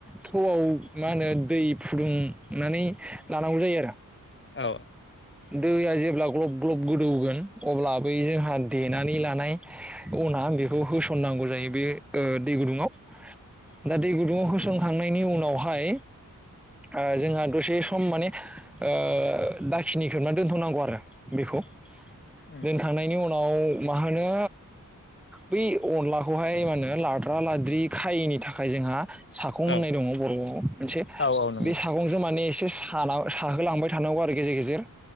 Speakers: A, in the centre; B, on the left.
A: थौ मा होनो दै फुदुंनानै लानांगौ जायो आरो।
B: औ
A: दैया जेब्ला ग्लब- ग्लब गोदौगोन। अब्ला बै जोंहा देनानै लानाय अना आं बेखौ होसननांगौ जायो। बे ओ दै गुदुङाव। दा दै गुदुंङआव होसनखांनायनि उनावहाय ओ जोंहा दसे सम माने ओ दाखिनि खोबनानै दोन्थनांगौ आरो बेखौ
B: उम
A: दोनखांनायनि
B: उम
A: उनाव मा होनो बै अनलाखौहाय मा होनो लाद्रा -लाद्रि खायैनि थाखाय जोंहा सागं होननाय
B: औ
A: दङ बर'आव मोनसे
B: औ औ नंगौ
A: बे
B: नोंथां
A: सागंजों माने एसे साना थाहोलांबाय थानांगौ आरो गेजेर -गेजेर